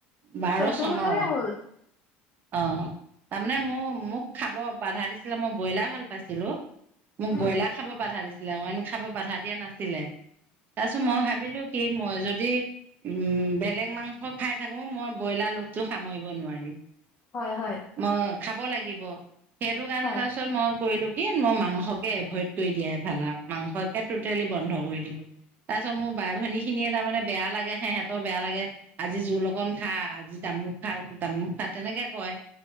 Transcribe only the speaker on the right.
বাৰ
চনৰ,
অ'। তাৰ মানে মোৰ মোক খাব বাধা দিছিলে, মই ব্ৰইলাৰ ভাল পাইছিলো। মোক
ব্ৰইলাৰ খাব বাধা দিছিলে, অইন খাব বাধা দিয়া নাছিলে, তাৰপিছত
মই ভাবিলো কি মই যদি উম, বেলেগ মাংস খাই থাকো মই ব্ৰইলাৰ লোভটো সামৰিব নোৱাৰিম।
মই খাব লাগিব, সেইটো কাৰণে
তাৰপিছত মই কৰিলো কি মই মাংসকে এভইড কৰি দিয়াই ভাল আৰু, মাংসকে টটেলি বন্ধ কৰি দিলো। তাৰ পিছত মোৰ বাই ভনী খিনিয়ে তাৰমানে বেয়া লাগে, সিহঁতৰ বেয়া লাগে আজি জোল অকন খা, আজি তামুক খা- তামুক খা, তেনেকে কয়।